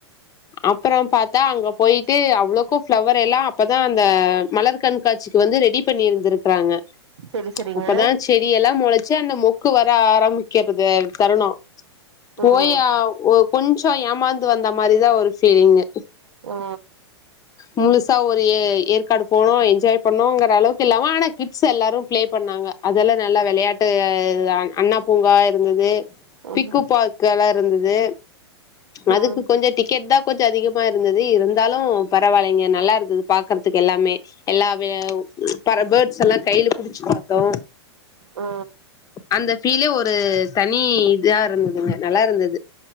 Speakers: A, on the left; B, on the right.
A: அப்புறோ பாத்தா அங்க போயிட்டு அவ்ளோ போ பிளவரு எல்லா அப்பதா அந்த மலர் கண்காட்சிக்கு வந்து ரெடி பண்ணிருந்திருக்கறாங்க
B: சரி சரிங்க
A: அப்பதா செடி எல்ல மொளச்சி அந்த மொக்கு வர ஆரமிக்கறது தருனோ
B: ம்
A: போயி அ ஒ கொஞ்ச ஏமாந்து வந்த மாரிதா ஒரு ஃபீலிங்கு
B: ஓ
A: முழுசா ஒரு ஏ ஏற்காடு போனோ என்ஜாய் பண்ணோங்குற அளவுக்கு இல்லாம ஆனா கிட்ஸ் எல்லாரு ப்ளே பண்ணாங்க அதல்லா நல்லா வெளையாட்டு அண்ணா பூங்கா இருந்துது
B: ம்
A: பிக்கு பார்க்கலா இருந்துது
B: ம்
A: அதுக்கு
B: ம்
A: கொஞ்ச டிக்கெட் தா கொஞ்ச அதிகமா இருந்துது இருந்தாலு பரவாலிங்க நல்லாருந்தது பாக்கறதுக்கு எல்லாமே எல்லாவேவு பர பேட்ஸ் எல்லா கைல புடுச்சு பாத்தோ
B: ஓ
A: அந்த ஃபீலே ஒரு தனி இஜா இருந்துதுங்க நல்லா இருந்துது